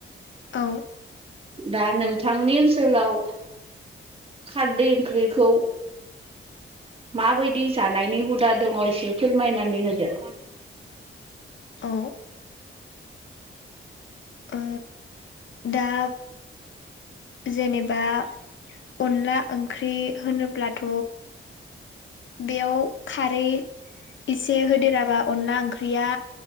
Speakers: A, on the left; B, on the right.
A: औ
B: दा नोंथांनि ओनसोलाव खारदै ओंख्रिखौ
A: <inaudible>
B: माबायदि जानायनि हुदा दङ एसे फोरमायनानै होदो।
A: औ। ओ दा जेनेबा अनला ओंख्रि होनोब्लाथ'। बेयाव खारै इसे होदेराबा अनला ओंख्रिया